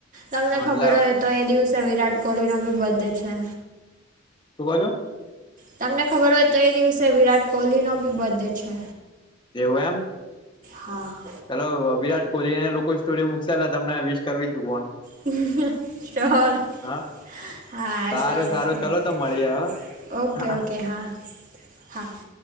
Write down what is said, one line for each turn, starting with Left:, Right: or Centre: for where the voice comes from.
Right: તમને
Left: હા
Right: ખબર
Left: એટલે હવે
Right: હોય તો એ દિવસે વિરાટ કોહલીનો બી બર્થ ડે છે‌.
Left: શું કેવો છો?
Right: તમને ખબર હોય તો એ દિવસે વિરાટ કોહલીનો બી બર્થ ડે છે.
Left: એવું એમ
Right: હા-
Left: ચાલલો વિરાટ કોહલી ને લોકો સ્ટોરીયો મુક એટલે તમને વિસ કરીશ.
Right: હા શ્યોર
Left: હા
Right: - હા
Left: સારું
Right: શ્યોર
Left: સારું
Right: શ્યોર
Left: ચલો તો મળીએ
Right: ઓકે
Left: હ
Right: ઓકે હા હા-